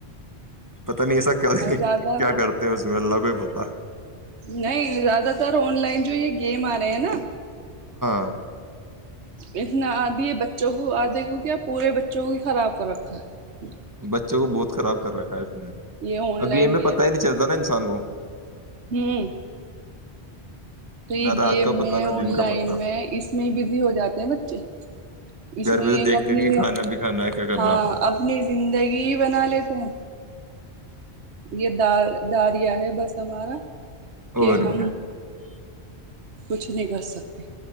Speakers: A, on the right (about 15°); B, on the right (about 80°).
A: پتہ نہیں ایسا کیا کیا
B: زیادہ
A: کرتے ہیں اس میں اللہ کو ہی پتا
B: نہیں زیادہ تر آن لائن جو یہ گیم آ رہے ہیں نا
A: ہاں
B: اتنا آدھی بچوں کو آدے کی کیا پورے بچوں کو ہی خراب کر رکھا ہے
A: بچوں کو بہت خراب کر رکھا ہے اس نے
B: یہ آن
A: اور
B: لائن
A: گیم میں پتا ہی نہیں چلتا نا انسان کو
B: ہوں تو یہ
A: نہ
B: گیم
A: رات کا
B: میں
A: پتا نہ
B: آن
A: دن کا
B: لائن
A: پتا
B: میں اس میں ہی بزی ہو جاتے ہیں بچے اس
A: گھر
B: میں
A: پہ
B: ہی
A: تو
B: ایک
A: دیکھتے
B: اپنی
A: رہیے کھانا بھی کھانا ہے کیا کرنا
B: ہاں
A: آپ نے
B: اپنی زندگی بنا لیتے ہیں یہ در داریا ہے بس ہمارا کہ
A: اور
B: ہم
A: کیا
B: کچھ نہیں کر سکتی